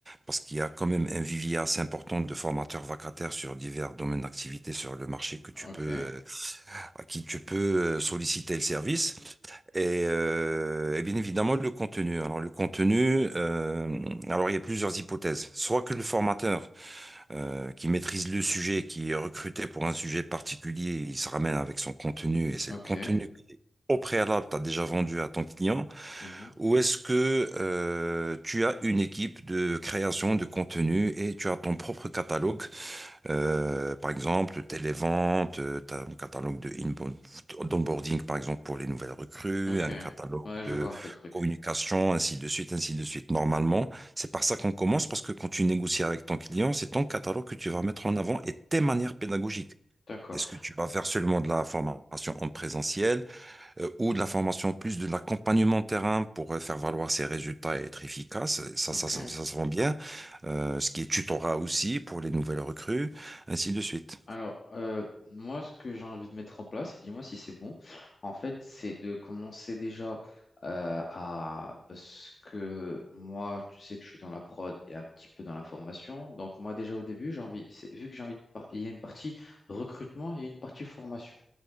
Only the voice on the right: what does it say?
parce qu'il y a quand même un vivier assez important de formateurs vacataires sur divers domaines d'activité sur le marché que tu
peux euh, à qui tu peux euh, solliciter le service et, euh, et bien évidemment le contenu. Alors le contenu, euh, alors il y a plusieurs hypothèses. Soit que le formateur euh, qui maîtrise le sujet, qui est recruté pour un sujet particulier, il se ramène avec son contenu et c'est
le contenu que, au préalable tu as déjà vendu à ton client,
ou est-ce que euh, tu as une équipe de création de contenu et tu as ton propre catalogue euh, par exemple, telle ventes, tu as un catalogue de inbound- d'onboarding, par exemple, pour les nouvelles recrues,
un catalogue
de
communication, ainsi de suite, ainsi de suite. Normalement, c'est par ça qu'on commence, parce que quand tu négocies avec ton client, c'est ton catalogue que tu vas mettre en avant et tes manières pédagogiques.
Est-ce que tu vas faire seulement de la formation en présentiel? euh, ou de la formation, plus de l'accompagnement terrain pour euh, faire valoir ses résultats et être efficace. Ça,
ça, ça, ça se vend bien. Euh, ce qui est tutorat aussi pour les nouvelles recrues, ainsi de suite.